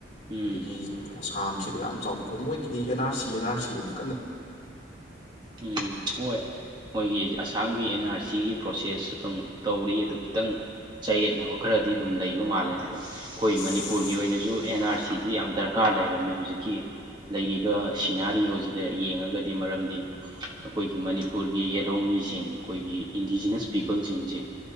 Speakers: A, on the right; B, on the left.
A: um
B: ꯑꯗꯒꯤ ꯑꯁꯥꯝ ꯁꯤꯗ ꯌꯥꯝ ꯆꯥꯎꯅ ꯊ‌ꯣꯛ ꯃꯣꯏꯒꯤ ꯗꯤ N R C N R ꯁꯤꯗꯅ
A: ꯎꯝ ꯍꯣꯏ ꯃꯣꯏꯒꯤ ꯑꯁꯥꯝꯒꯤ ꯑꯦꯟ ꯑꯥꯔ ꯁꯤꯒꯤ ꯄ꯭ꯔꯣꯁꯦꯁ ꯑꯗꯨꯝ ꯇꯧꯔꯤ ꯑꯗꯨ ꯈꯤꯇꯪ ꯆꯌꯦꯠꯅꯕ ꯈꯔꯗꯤ ꯑꯗꯨꯝ ꯂꯩꯕ ꯃꯥꯜꯂꯦ ꯑꯗꯣ ꯑꯩꯈꯣꯏ ꯃꯅꯤꯄꯨ꯭ꯔꯒꯤ
B: ꯎꯝ
A: ꯑꯣꯏꯅꯁꯨ ꯑꯦꯟ ꯑꯥꯔ ꯁꯤꯗꯤ ꯌꯥꯝ ꯗ꯭ꯔꯀꯥ꯭ꯔ ꯂꯩꯔꯕꯅꯦ ꯍꯧꯖꯤꯛꯀꯤ ꯂꯩꯔꯤꯕ ꯁꯤꯅꯥꯔꯤꯌꯑꯣꯁꯤꯗ ꯌꯦꯡꯉꯒꯗꯤ ꯃꯔꯝꯗꯤ ꯑꯩꯈꯣꯏꯒꯤ ꯃꯅꯤꯄꯨꯔꯒꯤ ꯌꯦꯜꯍꯧꯃꯤꯁꯤꯡ ꯑꯩꯈꯣꯏꯒꯤ ꯏꯟꯗꯤꯖꯤꯅꯁ ꯄꯤꯄꯜꯁꯤꯡꯁꯦ